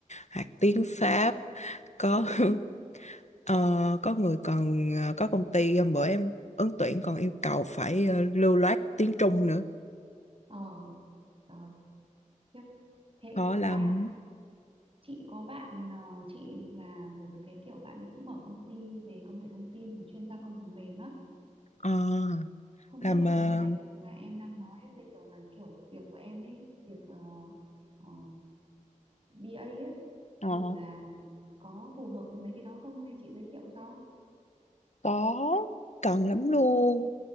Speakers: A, on the left; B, on the right.
A: hoặc tiếng
B: ừ
A: Pháp có
B: ừ
A: <laughs> ờ, có người còn ờ, có công ty hôm bữa em ứng tuyển còn yêu cầu phải ờ, lưu loát tiếng Trung nữa
B: ờ rồi. Khiếp. Thế
A: khó lắm
B: à chị có bạn ờ, chị là một cái kiểu bạn ấy cũng mở công ty về công nghệ thông tin mà chuyên gia công phần mềm á.
A: Ờ,
B: Không
A: làm
B: biết là
A: ờ,
B: cái ngành mà em đang nói bây giờ là kiểu việc của em ấy, việc ờ, ờ, BA á
A: Ờ.
B: thì là có phù hợp với mấy cái đó không hay chị giới thiệu cho
A: có cần lắm luôn